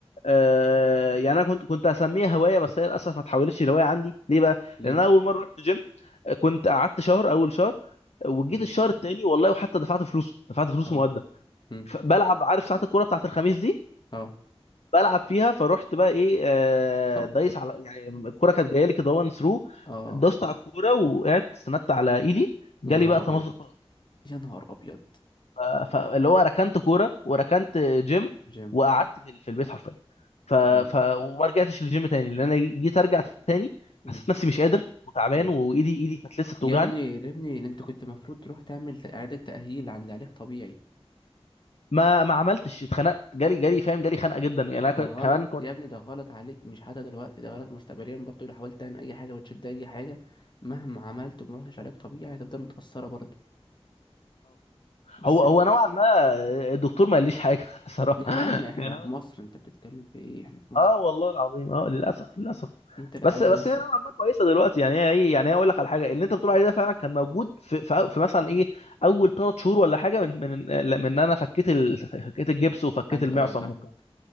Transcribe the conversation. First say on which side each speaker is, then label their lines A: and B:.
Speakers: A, on the left; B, on the left.
A: آه يعني انا كنت كنت هسميها هوايه بس هي للاسف ما اتحولتش لهوايه عندي ليه بقى
B: ليه؟
A: لان انا اول مره رحت جيم آه، كنت قعدت شهر اول شهر وجيت
B: مم.
A: الشهر التاني والله وحتى دفعت فلوسه دفعت فلوسه
B: اه
A: مقدم
B: مم.
A: ف- بلعب عارف ساعات الكوره بتاعت الخميس دي
B: اه
A: بلعب فيها فروحت بقى ايه آه،
B: صح؟
A: دايس على يعني الكوره كانت جايه لي كده وان ثرو
B: اه
A: دوست على الكوره وقعدت استندت على ايدي جالي
B: يا نهار
A: بقى تمزق
B: أبيض
A: في الأرض.
B: يا نهار أبيض
A: ف- فاللي هو ركنت كوره وركنت جيم
B: جيم
A: وقعدت في في البيت حرفيا ف... ف...
B: مم.
A: وما رجعتش للجيم تاني لان انا جيت ارجع تاني
B: مم.
A: حسيت نفسي مش قادر وتعبان
B: مم.
A: وايدي ايدي كانت لسه بتوجعني
B: يا ابني يا ابني اللي انت كنت المفروض تروح تعمل ت- إعادة تأهيل عند علاج طبيعي
A: ما ما عملتش اتخنقت جالي جالي فاهم جالي خنقه جدا يعني انا
B: ده
A: ك-
B: غلط
A: كمان كنت
B: يا ابني ده غلط عليك مش حتى دلوقتي ده غلط مستقبليا برضو لو حاولت تعمل أي حاجة وتشد أي حاجة مهما عملت وما رحتش علاج طبيعي هتفضل متأثرة برضو بس
A: هو هو نوعا ما الدكتور ما قاليش حاجه <laughs> صراحه
B: يا عم احنا
A: يعني
B: في
A: هو
B: مصر انت بتتكلم في ايه احنا في مصر
A: اه والله العظيم اه للاسف للاسف
B: انت اللي
A: بس
B: هتعالج
A: بس
B: نفسك
A: هي نوعا ما كويسه دلوقتي يعني هي ايه يعني هي اقول لك على حاجه اللي انت بتقول عليه ده فعلا كان موجود في في, في مثلا ايه اول ثلاث شهور ولا حاجه من من من ان انا فكيت ال... فكيت الجبس وفكيت
B: ايوه
A: المعصم
B: ايوه فاهم
A: وكده